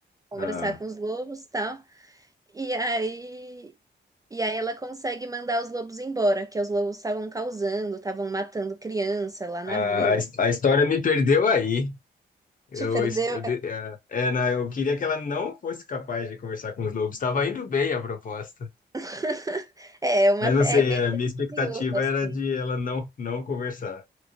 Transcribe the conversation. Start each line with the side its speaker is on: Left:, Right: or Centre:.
Right: conversar
Left: Ah,
Right: com os lobos, tal. E aí e aí ela consegue mandar os lobos embora, que os lobos estavam causando, estavam matando criança lá
Left: a,
Right: na vila.
Left: a, his- a história me perdeu aí. Eu,
Right: Te perdeu?
Left: est- eu, de- é, é, não, eu queria que ela não fosse capaz de conversar com os lobos. Estava indo bem a proposta.
Right: <laughs> É, uma,
Left: Mas
Right: é
Left: não sei,
Right: bem
Left: a minha expectativa
Right: curioso, assim.
Left: era de ela não, não conversar.